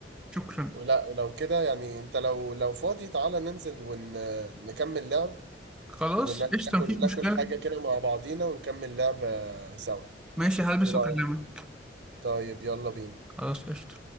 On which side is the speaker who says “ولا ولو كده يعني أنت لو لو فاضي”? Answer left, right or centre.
Right